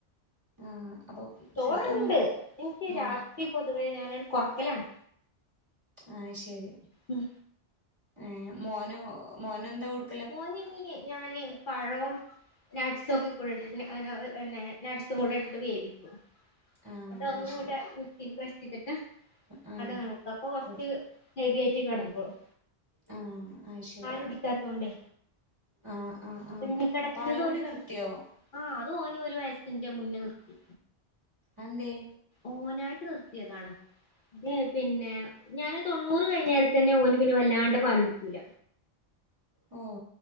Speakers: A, on the right; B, on the left.
A: ആഹ് അപ്പൊ
B: ചോറ്ണ്ട്.
A: ഫുഡൊന്നും
B: ഇനിക്ക്
A: ആ
B: രാത്രി പൊതുവെ ഞാനൺ കൊറക്കലാണ്.
A: ആഹ് ശരി.
B: ഉം
A: ഏഹ് മോനു മോനെന്താ കൊടു
B: മോനിഞ്ഞി ഞാന് പഴോ നട്സൊക്കെ കൂടെട്ടിട്ട് ന്നെ ന നട്സും കൂടെ ഇട്ടിട്ട് വേവിക്കും.
A: ആ
B: ങ്ങാട്ടൊന്ന്
A: ആ ശരി
B: ങ്ങട്ട് മിക്സിൽ ക്രേഷ് ചെയ്തിട്ട്
A: ആ
B: അതങ്ങനെ കൊടുക്ക. അപ്പൊ കൊറച്ച്
A: കൊടു
B: ഹെവി ആയിട്ട് കടന്നോളും
A: ആഹ് ആയ് ശരി.
B: കുടിക്കാത്തോണ്ടേ
A: ആഹ് ആഹ്
B: അപ്പൊ
A: ആഹ്
B: ഇങ്ങനെ കിടക്കുന്നത്
A: പാലുകുടി
B: ഓന്
A: നിർത്തിയോ?
B: ആഹ്. അത് ഓന് ഒരു വയസിന്റെ മുന്ന നിർത്തി.
A: അന്തെയ്
B: ഓനായിട്ട് നിർത്തിയതാണ്. എയ് പിന്നെ ഞാന് തൊണ്ണൂറ് കഴിഞ്ഞേര തന്നെ ഓന് പിന്നെ വല്ലാണ്ട് പാലുടിക്കൂല
A: ഓ